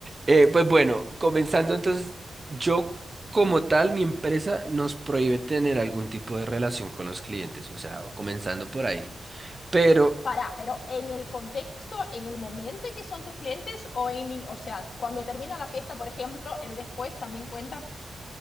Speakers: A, on the right; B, on the left.
A: Eh, pues bueno, comenzando entonces, yo como tal, mi empresa nos prohíbe tener algún tipo de relación con los clientes, o sea, comenzando por ahí. Pero
B: Para, pero en el contexto, en el momento en que son tus clientes o en, o sea, cuando termina la fiesta, por ejemplo, el después también cuenta.